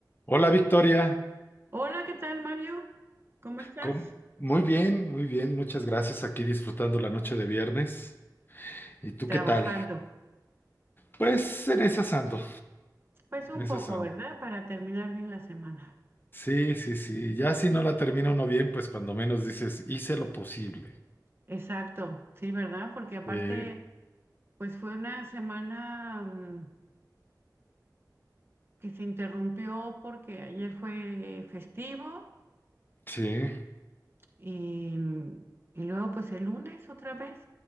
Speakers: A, on the left (about 30°); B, on the right (about 35°).
A: Hola Victoria,
B: Hola, ¿qué tal, Mario? ¿Cómo estás?
A: ¿Cómo- muy bien, muy bien, muchas gracias aquí disfrutando la noche de viernes. ¿Y tú
B: Trabajando.
A: qué tal? Pues en esas ando,
B: Pues un
A: en esas
B: poco,
A: ando.
B: ¿verdad? Para terminar bien la semana.
A: Sí, sí, sí, ya si no la termina uno bien, pues cuando menos dices, hice lo posible.
B: Exacto, sí, ¿verdad? Porque aparte,
A: Sí,
B: pues fue una semana mm, que se interrumpió porque ayer fue festivo
A: sí,
B: y, mm, y luego pues el lunes otra vez.